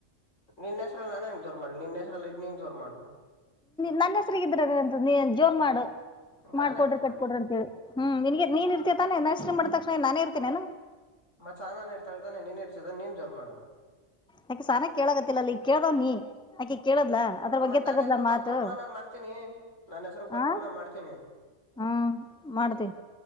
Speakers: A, on the left; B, in the centre.
A: ನಿನ್ನ ಹೆಸರಲ್ಲಿ ನಾನ್ ಹೆಂಗ್ ಜೋರ್ ಮಾಡಿ ನಿನ್ನ ಹೆಸರಲ್ಲಿ ಆಯ್ತೆ ನೀನ್ ಜೋರ್ ಮಾಡು
B: ನನ್ನ ಹೆಸ್ರಗ ಇದ್ರದಂತ ನೀ ಜೋರ್ ಮಾಡು
A: ನಾನ್
B: ಮಾಡ್ಕೊಡ್ರಿ
A: ಏನಕ್
B: ಕಟ್ಕೊಡ್ರಿ
A: ಮಾಡ್ಲಿ
B: ಅಂತ ಹೇಳಿ ಹ್ಮ್ ನನ್ಗೆ ನೀನ್ ಇರ್ತತಾನೆ ನನ್ನ ಹೆಸರಿಗೆಮಾಡಿದ ತಕ್ಷಣ ನಾನೇ ಇರ್ತೇನೇನು
A: ಮತ್ ಸಹನಾನು ಇರ್ತಾಳತಾನೆ ನೀನ್ ಹೆಸರಿದೆ ನೀನ್ ಜೋರ್ ಮಾಡು
B: ಯಾಕೆ ಸಹನಾ ಕೇಳಕತ್ತಿಲ್ಲ ಈ ಕೇಳ್ದವ್ ನೀ ಆಕಿ ಕೇಳದ್ಲಾ ಅದ್ರ ಬಗ್ಗೆ
A: ಮತ್
B: ತಗದ್ಲ
A: ನಾನ್ ಹೆಸ್ರಗ್
B: ಮಾತು
A: ಬರ್ಕೊಡ್ಮಾ ನಾನ್ ಮಾಡ್ತೀನಿ ನನ್ ಹೆಸ್ರಗ್ ಬರ್ಕೊಂಡ್
B: ಹ
A: ನಾನ್ ಮಾಡ್ತೀನಿ
B: ಹ್ಮ ಮಾಡ್ತೀನಿ